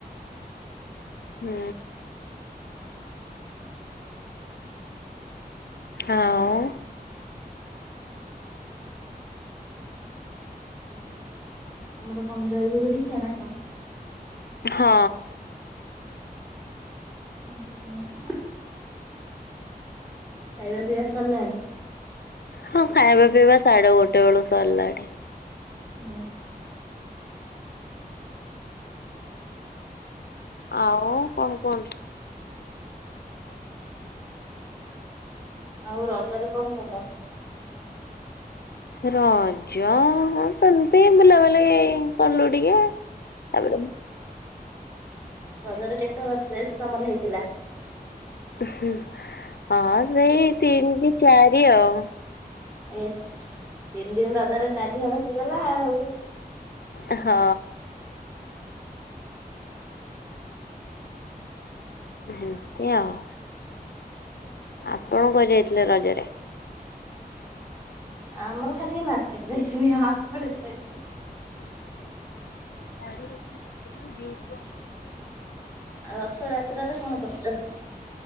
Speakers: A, on the left (about 85°); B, on the right (about 15°).
A: ହୁଁ। ଆଉ?
B: ତମର କଣ ଜୟଗୁରୁ ଦିକ୍ଷା ନା କଣ?
A: ହଁ।
B: <unintelligible> ଖାଇବା ପିଇବା ସରିଲାଣି।
A: ହଁ, ଖାଇବା ପିଇବା ସାଢେ ଗୋଟେ ବେଳୁ ସରିଲାଣି।
B: ଉହୁଁ।
A: ଆଉ କଣ କୁହନ୍ତୁ?
B: ଆଉ ରଜରେ କଣ କଲ?
A: ରଜ ସେମ୍ତି ବୁଲା ବୁଲି କଲୁ ଟିକେ ତାପରେ
B: ରଜରେ କେତେ ହଳ ଡ୍ରେସ୍ ତମର ହେଇଥିଲା?
A: ହୁ ହଁ ସେଇ ତିନ୍ କି ଚାରି ଆଉ।
B: ଏସ୍ ତିନି ଦିନ୍ ରଜରେ ଚାରି ହଳ ହେଇଗଲା ଆଉ।
A: ହଁ। ହେ ଏମିତି ଆଉ। ଆପଣ କୁଆଡ଼େ ଯାଇଥିଲେ ରଜରେ?
B: ଆମର ଖାଲି ମାର୍କେଟ୍ ଯାଇଥିନି ଆଉ କୁଆଡ଼େ ଯାଇନି।
A: <inaudible>
B: ଆଉ ରଥ ଯାତ୍ରା ରେ କଣ କରୁଚ?